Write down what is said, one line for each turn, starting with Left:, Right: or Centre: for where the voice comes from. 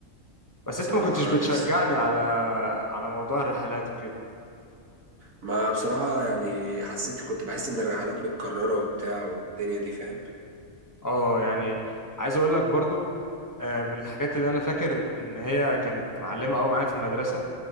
Left: بس
Right: بصراحة
Left: انت ما كنتش بتشجعني
Right: نفسي
Left: على على موضوع الرحلات وكده
Right: ما بصراحة يعني حسيت كنت بحس إن الرحلات متكررة وبتاع والدنيا دي فاهم
Left: اه يعني عايز اقول لك برضو آه، من الحاجات اللي انا فاكر ان هي كانت معلمه قوي معايا في المدرسه